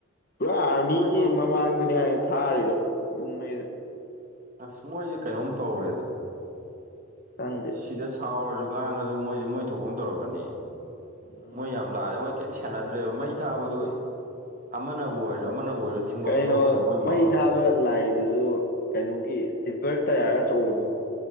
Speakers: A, on the left; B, on the right.
A: ꯄꯨꯔꯥ ꯑꯥꯔꯃꯤꯒꯤ
B: ꯃꯣꯏꯁꯨ
A: ꯃꯃꯥꯡꯗꯅꯤ ꯍꯥꯏ ꯊꯥꯔꯤꯗꯣ ꯌꯨꯝ ꯃꯩꯗꯨ
B: ꯑꯁ ꯃꯣꯏꯁꯦ ꯀꯩꯅꯣꯝ ꯇꯧꯔꯦꯗ
A: ꯈꯪꯗꯦ
B: ꯁꯤꯗ ꯁꯥꯎꯔꯁꯨ ꯉꯥꯡꯉꯁꯨ ꯃꯣꯏꯁꯦ ꯃꯣꯏ ꯊꯣꯛꯐꯝ ꯇꯧꯔꯛꯀꯅꯤ
A: ꯎꯝ
B: ꯃꯣꯏ ꯌꯥꯝ ꯂꯥꯜꯂꯦ ꯃꯣꯏ ꯀꯩꯝ ꯁꯦꯟꯅꯗ꯭ꯔꯦꯕ ꯃꯩ ꯊꯥꯕꯗꯣ ꯑꯃꯅꯕꯨ ꯑꯣꯏꯔꯁꯨ ꯑꯃꯅꯕꯨ ꯑꯣꯏꯔꯁꯨ ꯊꯤꯡꯐꯝ
A: ꯀꯩꯅꯣ
B: ꯊꯣꯛꯇ꯭ꯔꯣ ꯃꯣꯏ
A: ꯃꯩ
B: ꯃꯃꯥꯡꯗ
A: ꯊꯥꯕ
B: ꯂꯩ
A: ꯂꯥꯏꯗꯨꯁꯨ ꯀꯩꯅꯣꯒꯤ ꯗꯤꯚꯔ ꯇꯌꯥꯔꯒ ꯑꯆꯧꯕꯗꯣ